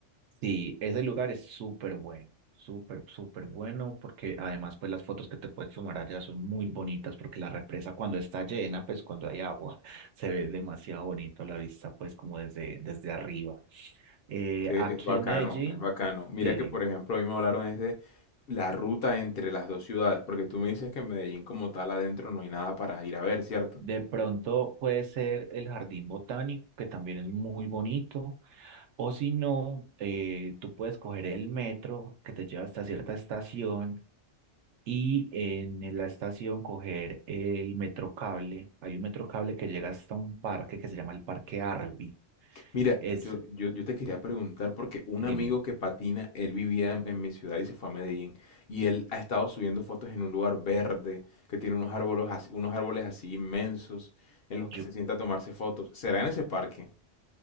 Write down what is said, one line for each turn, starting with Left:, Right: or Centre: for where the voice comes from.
Right: sí, ese lugar es súper bueno, súper, súper bueno, porque además pues las fotos que te puedes tomar allá son muy bonitas, porque la represa cuando está llena, pues cuando hay agua, <laughs> se ve demasiado bonito la vista pues como desde, desde arriba. Eh,
Left: que
Right: aquí
Left: es bacano,
Right: en Medellín.
Left: es bacano. Mira
Right: Sí,
Left: que por ejemplo hoy me hablaron es de la ruta entre las dos ciudades, porque tú me dices que en Medellín como tal adentro no hay nada para ir a ver, ¿cierto?
Right: De pronto puede ser el jardín botánico, que también es muy bonito, o si no, eh, tú puedes coger el metro que te lleva hasta cierta estación y en la estación coger el metro cable. Hay un metro cable que llega hasta un parque que se llama el Parque Arby.
Left: Mira,
Right: Es,
Left: yo, yo, yo te quería preguntar porque un
Right: dime,
Left: amigo que patina, él vivía en, en mi ciudad y se fue a Medellín y él ha estado subiendo fotos en un lugar verde que tiene unos árboles, así- unos árboles así inmensos en los que
Right: yo,
Left: se sienta a tomarse fotos. ¿Será en ese parque?